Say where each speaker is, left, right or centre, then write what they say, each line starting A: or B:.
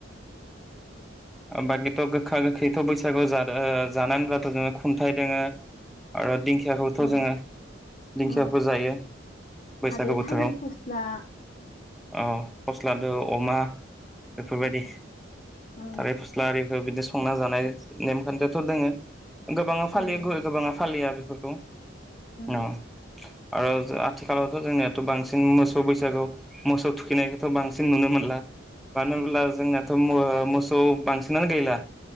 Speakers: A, in the centre; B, on the left.
A: बाखिथ' गोखा गोखैथ' बैसागु जादो ओ जानानैब्लाथ' जोङो खुन्थाइ दोङो आरो दिंखि दिंखियाखौथ'
B: औ
A: जोङो दिंखियाखौ
B: औ
A: जायो बैसागो
B: आरो
A: बोथोराव।
B: थालिर
A: औ
B: फस्ला
A: फस्लादो अमा बेफोरबायदि।
B: औ
A: थारलिर फस्ला आरि। बिदि संना जानाय नेम-खान्थियाथ' दोङो। गोबाङा फालियो,
B: औ दोङो
A: गुबै-गोबाङा फालिया। फोरखौ।
B: उम
A: औ। आरो आथिखालावथ' जोंनियाथ' बांसिन मोसौ बैसागु, मोसौ थुखैनायखौथ' बांसिन नुनो मोनला मानो होनब्ला जोंनाथ' मो-मोसौ। स' बांसिनानो गैयला।